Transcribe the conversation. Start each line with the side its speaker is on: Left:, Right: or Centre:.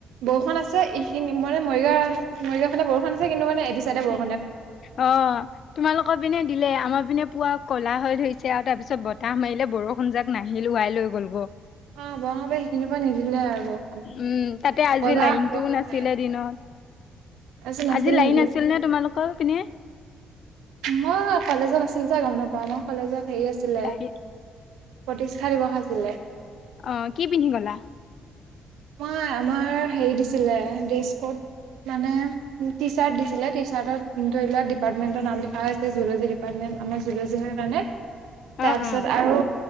Right: বৰষুণ আছে এইখিনি মানে মৰিগাঁ মৰিগাঁও ফানে বৰষুণ আছে কিন্তু মানে এইটো চাইডে বৰ।
Left: অ তোমালোকৰ পিনে দিলে আমাৰ পিনে পুৱা কলা হৈ ধৰিছে। চেয়াও তাৰ পিছত বতাহ মাৰিলে বৰষুণ যাক নাহিল ওৱাই লৈ গ'লগ।
Right: অ বৰঙাপাই সেইখিনিৰ পৰা নিদিলে আৰু। বৰষুণ
Left: উম তাতে আজি
Right: বজাৰত
Left: লাইনটোও
Right: বৰষুণ
Left: নাছিলে
Right: নাই
Left: দিনত।
Right: তাৰপিছত নাছিল
Left: আজি লাইন
Right: নেকি
Left: আছিল নে তোমালোকৰ পিনে?
Right: মই কলেজত আছিলো যো গম নাপাও। আমাৰ কলেজত হেৰি আছিলে।
Left: লাইন
Right: প্ৰতিষ্ঠা দিৱস আছিলে।
Left: অ কি পিন্ধি গলা?
Right: মই আমাৰ হেৰি দিছিলে ডেছ কত মানে টি চাৰ্ট দিছিলে, টি চাৰ্টত ধৰি লোৱা ডিপাৰ্টমেণ্টৰ নাম লিখা হৈছে জুলজী ডিপাৰ্টমেন্ট। আমাৰ জুলজিঙৰ কাৰণে।
Left: অ
Right: তাৰপিছত
Left: অ
Right: আৰু